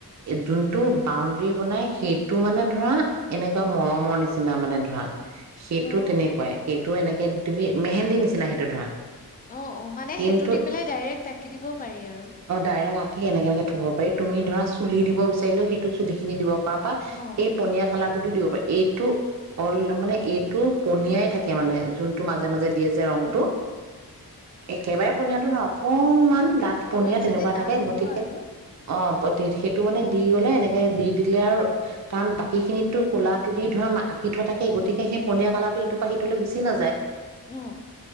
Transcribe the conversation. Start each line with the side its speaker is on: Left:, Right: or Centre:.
Right: যোনটো বাউণ্ডৰী বনাই সেইটো মানে ধৰা এনেকুৱা মলমৰ নিচিনা মানে ধৰা সেইটো
Left: অ
Right: তেনেকুৱাই সেইটো এনেকে হে তুমি মেহেন্দি নিচিনা সেইটো ধৰা
Left: অ অ মানে
Right: কিন্তু
Left: সেইটো দি পেলাই ডাইৰেক্ট আঁকি দিব পাৰি আৰু
Right: অ ডাইৰেক্ট আঁকি এনে এনেকে থব পাৰি তুমি ধৰা খুলি দিব বিচাৰিলেও সেইটো চুলিখিনি দিব পাবা
Left: অ
Right: এই পনীয়া কালাৰ দিব পাৰে এইটো অ মানে এইটো পনিয়াই থাকে মানে যোনটো মাজে মাজে দিয়ে যে যে ৰংটো
Left: উম
Right: একেবাৰে পনীয়াটো নওক অকনমান
Left: একে
Right: দাঠ পনীয়া
Left: অলপ
Right: তেনেকুৱা
Left: চাগে ডাঠ
Right: থাকে
Left: হ'ব
Right: গতিকে
Left: আৰু
Right: অ সেইটো মানে দি গ'লে এনেকে দি দিলে আৰু কাৰণ তাক আঁকিখিনিতো কলাটো দি ধৰা আঁকি থোৱা থাকে গতিকে স সেই পনীয়া কালাৰটো ইটোপ পৰা সিটোলৈ গুচি নাযায়
Left: অ